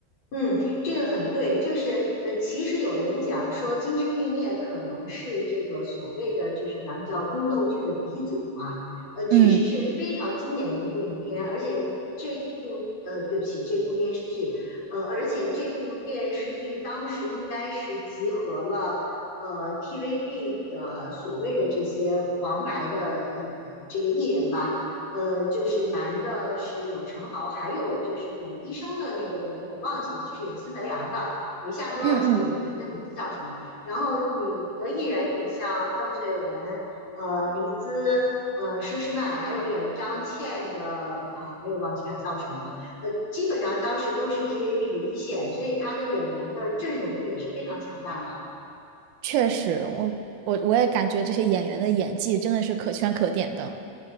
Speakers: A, on the left; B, on the right.
A: 嗯，这个很对，就是呃，其实有人讲说《金枝欲孽》可能是这个所谓的就是咱们叫宫斗剧的鼻祖嘛，呃，确实是非常经典的一部影片，
B: 嗯
A: 而且这部呃，对不起，这部电视剧，呃，而且这部电视剧当时应该是集合了呃 TVB 的所谓的这些王牌的呃这个艺人吧，呃，就是男的是有陈豪，还有就是演医生的那个人我忘记了，就是演孙白杨的，我一下子忘记演员的名字叫什么。
B: 嗯嗯，
A: 然后女的艺人里，像邓萃雯、呃黎姿、呃佘诗曼，还有演张倩的啊，我也忘记她叫什么了。呃，基本上当时都是 TVB 的一线，所以她的演员的阵容也是非常强大的。
B: 确实，我我我也感觉这些演员的演技真的是可圈可点的。